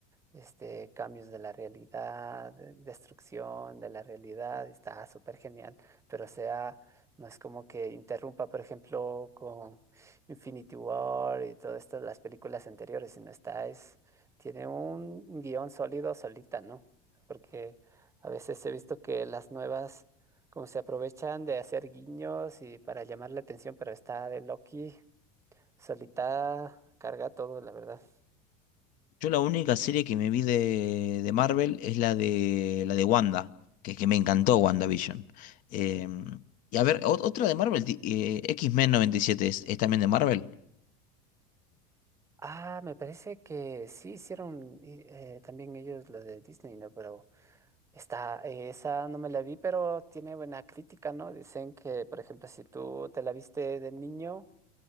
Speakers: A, on the right; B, on the left.
A: este, cambios de la realidad, de- destrucción de la realidad, está súper genial, pero o sea, no es como que interrumpa, por ejemplo, con Infinity War y todas estas las películas anteriores, sino está, es, tiene un guión sólido solita, ¿no? Porque a veces he visto que las nuevas, como se aprovechan de hacer guiños y para llamar la atención, pero está de Loki solita, carga todo, la verdad.
B: Yo la única serie que me vi de, de Marvel es la de la de Wanda, que, que me encantó WandaVision. Em, y a ver, ot- otra de Marvel, ti- eh, X-Men 97 es, es también de Marvel.
A: Ah, me parece que sí hicieron eh, también ellos lo de Disney, ¿no? Pero está, eh, esa no me la vi, pero tiene buena crítica, ¿no? Dicen que, por ejemplo, si tú te la viste de niño,